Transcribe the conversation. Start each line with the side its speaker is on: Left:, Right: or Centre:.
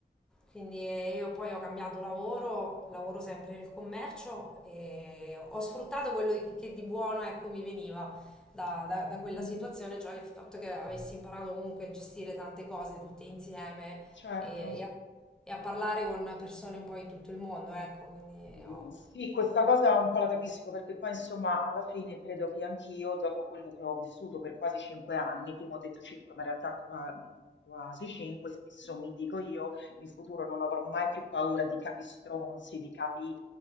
Centre: quindi eh, io poi ho cambiato lavoro, lavoro sempre nel commercio e ho sfruttato quello di- che di buono, ecco, mi veniva da, da- da
Left: Mhm,
Centre: quella situazione, cioè il fatto che avessi imparato comunque a gestire tante cose tutte insieme
Left: certo.
Centre: e, e a, e a parlare con persone un po' in tutto il mondo, ecco, quindi
Left: Mm,
Centre: ho-
Left: Sì, questa cosa un po' la capisco perché poi insomma alla fine credo che anch'io, dopo quello che ho vissuto per quasi cinque anni, prima ho detto cinque, ma in realtà qua- mm, quasi cinque, spesso mi dico io, in futuro non avrò mai più paura di capi stronzi, di capi,